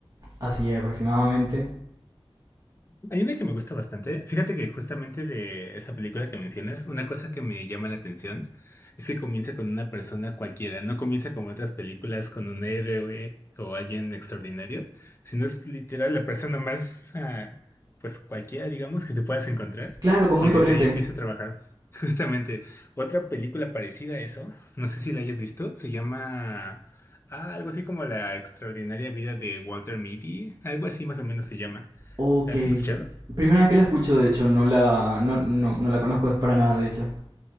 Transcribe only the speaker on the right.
así aproximadamente.
Claro, común
y
corriente.
Ok.
Primera vez que la escucho, de hecho, no la, no, no, no la conozco para nada, de hecho.